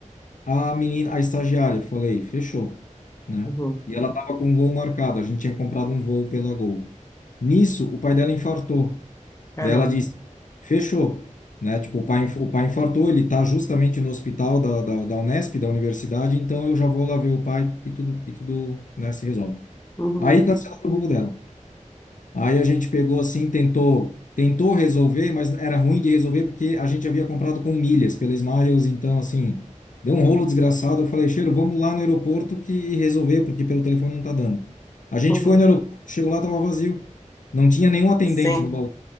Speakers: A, on the left (about 75°); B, on the left (about 25°).
A: a menina, a estagiária. Eu Falei, fechou, né?
B: uhum.
A: E ela estava com um voo marcado, a gente tinha comprado um voo pela Gol. Nisso, o pai dela infartou.
B: Caramba.
A: Daí ela disse, fechou, né? Tipo, o pai, inf- o pai infartou, ele tá justamente no hospital da, da, da Unesp, da universidade, então eu já vou lá ver o pai e tudo, e tudo, né, se resolve.
B: Uhum,
A: Aí cancelaram o voo dela. Aí a gente pegou assim, tentou, tentou resolver, mas era ruim de resolver porque a gente havia comprado com milhas pela Smiles, então assim, deu um rolo desgraçado. Eu falei, Cheiro, vamos lá no aeroporto que resolver, porque pelo telefone não tá dando. A gente
B: uhum.
A: foi no aeroporto, chegou lá, tava vazio. Não tinha nenhum atendente
B: Sim,
A: no balcão